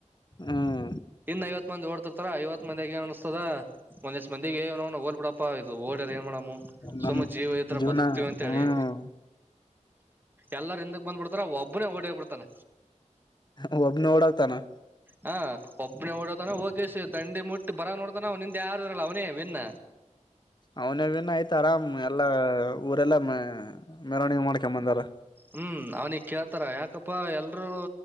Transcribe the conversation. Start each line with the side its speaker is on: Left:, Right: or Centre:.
Left: ಹ್ಮ್
Right: ಇನ್ನ ಐವತ್ ಮಂದಿ ಓಡ್ತಿರ್ತಾರ ಐವತ್ ಮಂದಿ ಏನ್ ಅನ್ಸ ದ ಒಂದ್ ಇಸ್ ಮಂದಿಗೆ ಏ ನೋ ಹೋಗಿಲ್ಲ ಬಿಡಪ್ಪಾ ಇದು ಓಡ್ಯಾರ ಏನ್ ಮಾಡಂ
Left: ನಮ್
Right: ಸುಮ ಜೀವ ಇದ್ರ
Left: ಜೀವನ
Right: ಬದುಕ್ತಿವಿ ಅಂತೇಳಿ
Left: ಹ್ಮ್
Right: ಎಲ್ಲರ ಹಿಂದಕ್ ಬಂದ್ಬಿಡ್ತಾರ ಒಬ ಒಬ್ಬನ ಓಡಿ ಹೋಗಿ ಬಿಡುತ್ತಾನ
Left: ಒಬ್ಬ ನ ಓಡಿಹೋಗತಾನ
Right: ಹ ಒಬ್ಬನಿ ಓಡ ಹೋಗ ಲಿತಾನ ಹೋಗಿ ದಂಡಿ ಮುಟ್ಟಿ ಬರಾಗ ನೋಡತಾನ ಹಿಂದ್ ಯಾರ ಅವನೇ ವಿನ್ನ
Left: ಅವನಿನ ಆಯ್ತ ಆರಾಮ್ ಎಲ್ಲಾ ಊರೆಲ್ಲ ಮ ಮೆರವಣಿಗೆ ಮಾಡ್ಕೊಂಬಂದಾರ.
Right: ಹ್ಮ್ ಅವ್ನಿಗ್ ಕೇಳ್ತಾರ ಯಾಕಪ್ಪಾ ಎಲ್ರು